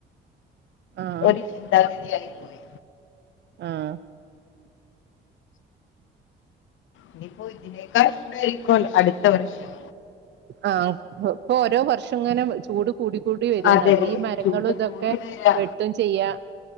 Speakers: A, on the right; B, on the left.
A: ആഹ്
B: ഒരു ചിന്താഗതി ആയി പോയി
A: ആഹ്
B: ഇനിപ്പോ ഇതിനേക്കാൾ ചൂടായിരിക്കും ല്ലോ അടുത്ത വർഷം
A: ആഹ് ഇപ്പൊ ഓരോ വർഷം ഇങ്ങനെ ചൂട് കൂടി കൂടി വരികാണ്
B: അതെ
A: അത്
B: അതെ
A: ഈ മരങ്ങളു
B: ചൂട്
A: ഇതൊക്കെ
B: കൂടി വരാ
A: വെട്ടും ചെയ്യാ